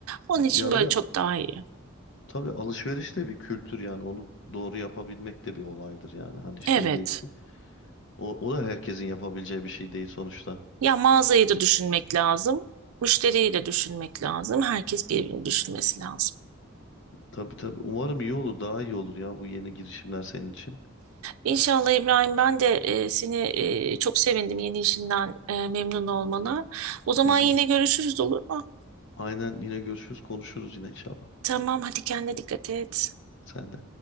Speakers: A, on the right; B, on the left.
A: Onun için
B: ya
A: böyle
B: bir de
A: çok daha iyi.
B: tabii alışveriş de bir kültür yani onu doğru yapabilmek de bir olaydır yani hani şey
A: Evet.
B: değil. O, o da herkesin yapabileceği bir şey değil sonuçta.
A: Ya mağazayı da düşünmek lazım. Müşteriyi de düşünmek lazım. Herkes birbirini düşünmesi lazım.
B: Tabii tabii umarım iyi olur daha iyi olur ya bu yeni girişimler senin için.
A: İnşallah İbrahim ben de e, seni e, çok sevindim yeni işinden e, memnun olmana. O zaman
B: Hı hı.
A: yine görüşürüz olur mu?
B: Aynen yine görüşürüz konuşuruz yine inşallah.
A: Tamam hadi kendine dikkat et.
B: Sen de.